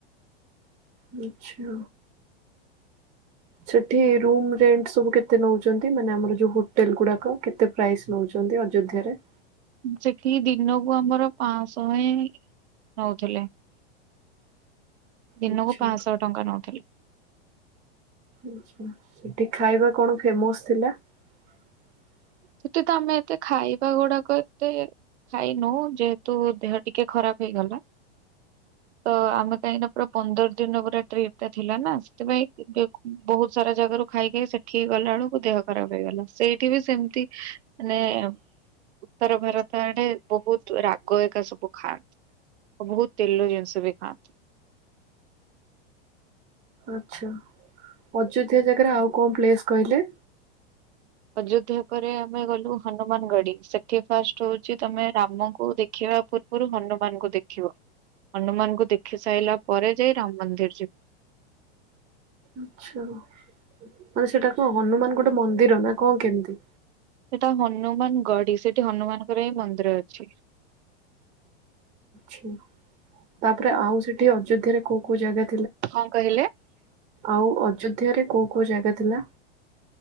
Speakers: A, on the right; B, on the right.
A: ମିଛ, ସେଠି ରୁ ରେଟ୍ ସବୁ କେତେ ନଉଛନ୍ତି ମାନେ ଆମର ଯୋଉ ହୋଟେଲ ଗୁଡ଼ାକ କେତେ ପ୍ରାଇସ୍ ନେଉଛନ୍ତି ଅଯୋଧ୍ୟରେ?
B: ସେଠି ଦିନକୁ ଆମର ପାଶହେ ନୈଉ ଥିଲେ, ଦିନକୁ
A: ଆଛା
B: ପାଶହ ଟଙ୍କା ନଉଥିଲି,
A: ଆଛା ସେଠି ଖାଇବା କଣ ଫେମସ୍ ଥିଲା <unintelligible>
B: ସେ ତ ଆମେ ଏତେ ଖାଇବା ଗୁଡାକ ଏତେ ଖାଇନୁ ଯେହେତୁ ଦେହ ଟିକେ ଖରାପ ହେଇଗଲା ତଆ ଆମେ କାହିଁକି ନା ପୁରା ପନ୍ଦର ଦିନ ପୁରା ଟ୍ରିପ ଟା ଥିଲା ନା ସେ ସେଥି ପାଇଁ ଟିକେ କ ବହୁତ ସାରା ଜାଗାରୁ ଖାଇ ଖାଇକି ସେଠିକି ଗଲା ବେଳକୁ ଦେହ ଖରାପ ହେଇଗଲା ସେଇଠି ବି ସେମତି <unintelligible> ମାନେ ଅପ୍, ଉତ୍ତର ଭାରତ ଆଡ଼େ ବହୁତ ରାଗ ଏକା ସବୁ ଖାଆନ୍ତି ଓ ବହୁତ ତେଲ ଜିନିଷ ବି ଖାଆନ୍ତି,
A: ଆଛା ଅଯୋଧ୍ୟା ଜାଗାରେ ଆଉ କଣ ପ୍ଲେସ୍ କହିଲେ?
B: ଅଯୋଧ୍ୟା ପରେ ଆମେ ଗଲୁ ହନୁମାନ ଗଡି ସେଠି ଫାଷ୍ଟ ହଉଛି ତମେ ରାମକୁ ଦେଖିବା ପୂର୍ବରୁ ହନୁମାନଙ୍କୁ ଦେଖିବ ହନୁମାନଙ୍କୁ ଦେଖି ସାରିଲା ପରେ ଜୟ ରାମ ମନ୍ଦିର ଯ
A: ଆଛା ମାନେ ସେଟା କଣ ହନୁମାନ ଗୋଟେ ମନ୍ଦିର ନା କଣ କେମିତି
B: ସେଟା ହନୁମାନ ଗଢ ସେଠି ହନୁମାନଙ୍କର ହିଁ ମନ୍ଦିର ଅଛି
A: ଛା ତାପରେ ଆଉ ସେଠି ଅଯୋଧ୍ୟରେ କୋଉ କୋଉ ଜାଗା
B: କଣ କହିଲେ?
A: ଆଉ ଅଯ ମଧ୍ୟରେ କୋଉ କୋଉ ଜାଗା ଥିଲା